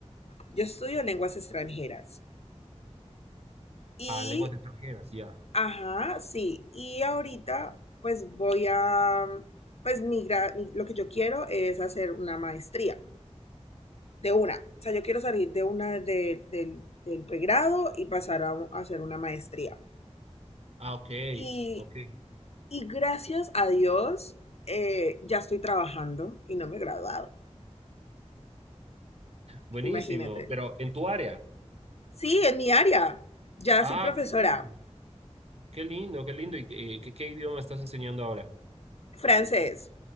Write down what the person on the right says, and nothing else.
Ah, lenguas extranjeras, ya.
Ah, ok,
ok.
Buenísimo,
pero en tu área.
Ah,
qué lindo, qué lindo, qué lindo. ¿Y qué, qué, qué idioma estás enseñando ahora?